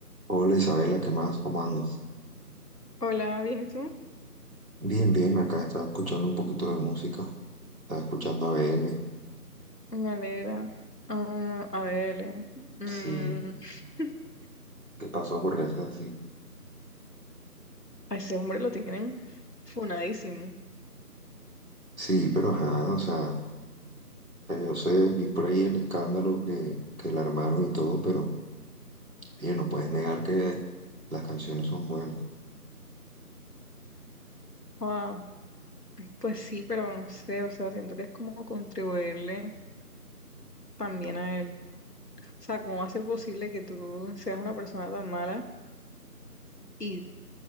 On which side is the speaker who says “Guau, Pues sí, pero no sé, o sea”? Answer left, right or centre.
Left